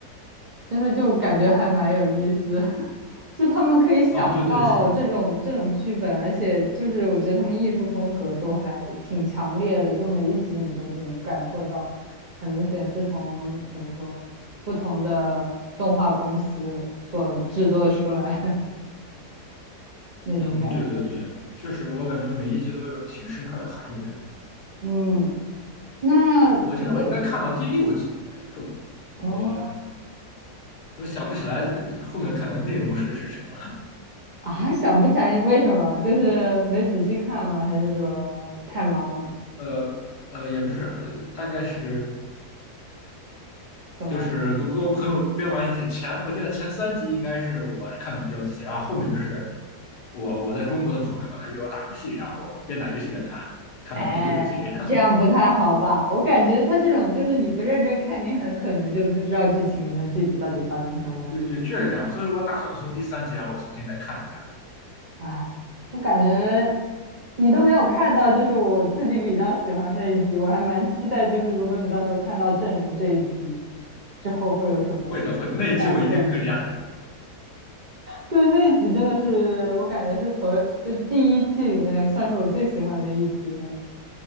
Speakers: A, on the right; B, on the left.
A: 真的就感觉还蛮有意思，<laughs> 就他们可以想到这种这种剧本，
B: 哦，对对，是的，
A: 而且就是我觉得他们艺术风格都还挺强烈的，就每一集你都能感受到，很明显是从怎么说不同的动画公司所制作出来的 <laughs> 那种感觉。
B: 嗯，对对对，确实，我感觉每一集都有挺深刻的含义的。
A: 嗯，那除了
B: 我记得我应该看到第六集，但是
A: 哦
B: 我我想不起来后面看的内容是是什么
A: 啊，想不起来为什么，就是没仔细看吗？还是说太忙了？
B: 了。呃呃，也不是，呃大概是
A: 怎么？
B: 就是我跟我朋友边玩游戏前，我记得前三集应该是我看的比较仔细，然后后面就是我我在中国的朋友嘛，他约我打游戏，然后我们边打游戏边看，看到第六集这样。
A: 哎，这样不太好吧？
B: <laughs>
A: 我感觉他这种就是你不认真看，你很可能就不知道剧情里面具体到底发生什么那种。
B: 对对，确实这样，所以我打算从第三集然后重新再看一下。
A: 哎，我感觉你都没有看到，就是我自己比较喜欢那一集，我还蛮期待，就是如果你到时候看到证人这一集之后会有什么
B: 会的，会的，那一集我一定更加认真。
A: 感受。对，那一集真的是我感觉是所有就第一季里面算是我最喜欢的一集了，